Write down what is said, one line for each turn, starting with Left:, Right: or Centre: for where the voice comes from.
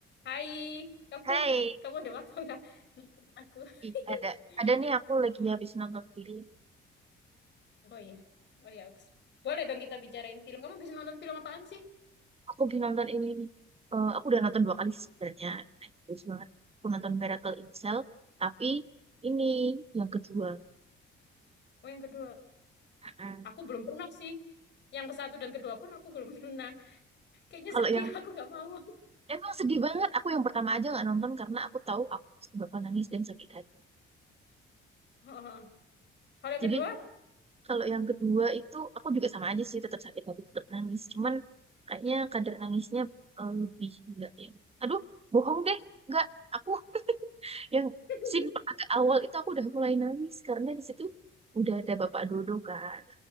Left: Hai, kamu
Right: Hai,
Left: kamu ada waktu nggak nonton aku?
Right: Ih,
Left: <laughs>
Right: ada ada nih aku lagi habis nonton film.
Left: Oh iya, oh iya, Ux. Boleh dong kita bicarain film. Kamu bisa nonton film apaan sih?
Right: Aku habis nonton ini nih. Eh, aku udah nonton dua kali sih sebenarnya. Nah, Bagus banget. Aku nonton Miracle in Cell, tapi ini yang kedua.
Left: Oh yang kedua,
Right: Mm-mm.
Left: aku belum pernah sih. Yang ke satu dan kedua pun aku belum <laughs> pernah. Kayaknya
Right: Kalau
Left: sedih,
Right: yang
Left: aku nggak mau.
Right: emang sedih banget. Aku yang pertama aja nggak nonton karena aku tahu aku pasti bakal nangis dan sakit hati.
Left: <laughs> Heeh. Kalau yang
Right: Jadi
Left: kedua,
Right: kalau yang kedua itu aku juga sama aja sih, tetap sakit hati, tetap nangis. Cuman kayaknya kadar nangisnya eh, lebih enggak yang. Aduh, bohong deh, enggak. Aku yang
Left: <laughs>
Right: scene agak awal itu aku udah mulai nangis karena di situ udah ada Bapak Dodo kan